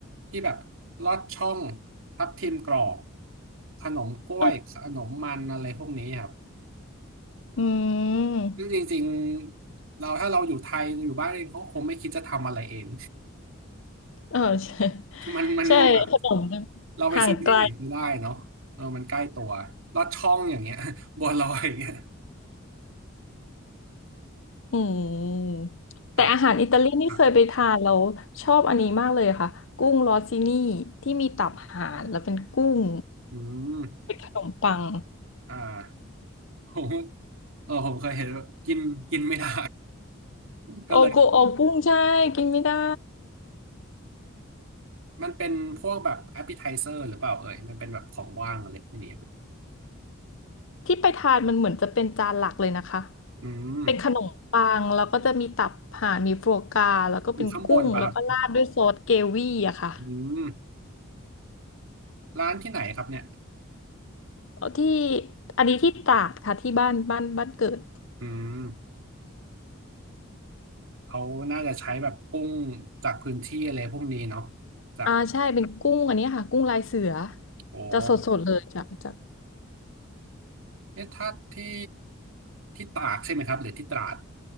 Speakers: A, on the right; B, on the left.
A: ที่แบบลอดช่องทับทิมกรอบขนมกล้วยขนมมันอะไรพวกนี้ครับ
B: เอออืม
A: ซึ่งจริงๆเราถ้าเราอยู่ไทยอยู่บ้านเองเขาคงไม่คิดจะทำอะไรเอง
B: เออใช่
A: <laughs> มันมันแบบ
B: ใช่ขนม
A: เราไปซื้อที่ไหนก็ได้เนาะเออมันใกล้ตัวลอดช่องอย่างเงี้ย
B: ห่างไกล
A: <laughs> บัวลอยอย่างเงี้ย
B: อืมแต่อาหารอิตาลีนี่เคยไปทานแล้วชอบอันนี้มากเลยค่ะกุ้งรอซินี่ที่มีตับห่านแล้วเป็นกุ้ง
A: แบบครับอืม
B: เป็นขนมปัง
A: อ่าผมเออผมเคยเห็นว่ากินกินไม่ได้ ก็เลย
B: โอโกโอกุ้งใช่กินไม่ได้
A: มันเป็นพวกแบบ appetizer หรือเปล่าเอ่ยมันเป็นแบบของว่างอะไรพวกนี้
B: ที่ไปทานมันเหมือนจะเป็นจานหลักเลยนะคะ
A: อืม
B: เป็นขนมปังแล้วก็จะมีตับห่านมีโฟกาแล้วก็เป็นกุ้งแล้วก็ราดด้วยซอสเกวี่อะค่ะ
A: อยู่ข้างบนป่ะครับอืมร้านที่ไหนครับเนี่ย
B: เอ่อที่อันนี้ที่ตราดค่ะที่บ้านบ้านบ้านเกิด
A: อืมเขาน่าจะใช้แบบกุ้งจากพื้นที่อะไรพวกนี้เนาะจาก
B: อ่าใช่เป็นกุ้งอันนี้ค่ะกุ้งลายเสือ
A: โอ้
B: จะสดๆเลยจากจาก
A: เอ่ะถ้าที่ที่ตากใช่ไหมครับหรือที่ตราด